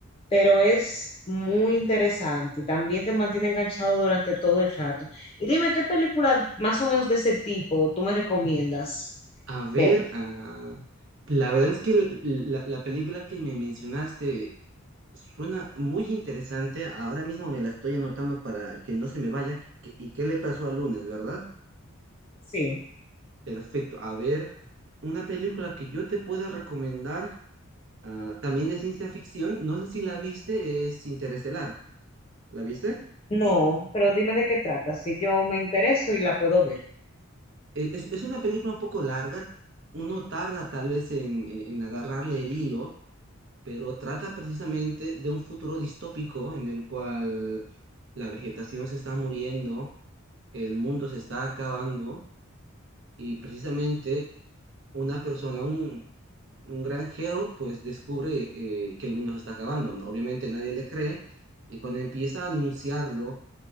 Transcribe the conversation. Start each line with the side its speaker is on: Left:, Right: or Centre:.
Left: pero es muy interesante. También te mantiene enganchado durante todo el rato. Y dime, ¿qué película más o menos de ese tipo tú me recomiendas
Right: A ver,
Left: ver?
Right: ah, la verdad es que l- la, la película que me mencionaste Suena muy interesante. Ahora mismo me la estoy anotando para que no se me vaya. ¿Qué- ¿Y qué le pasó al lunes, verdad?
Left: Sí.
Right: Perfecto. A ver, una película que yo te pueda recomendar, ah, también de ciencia ficción, no sé si la viste, es Interestelar. ¿La viste?
Left: No, pero dime de qué trata, si yo me intereso y la puedo ver.
Right: E- Es, es una película un poco larga. Uno tarda tal vez en, en en agarrarle el hilo, pero trata precisamente de un futuro distópico en el cual la vegetación se está muriendo, el mundo se está acabando y precisamente una persona, un, un granjero, pues descubre eh, que el mundo se está acabando, ¿no? Obviamente nadie le cree y cuando empieza a anunciarlo,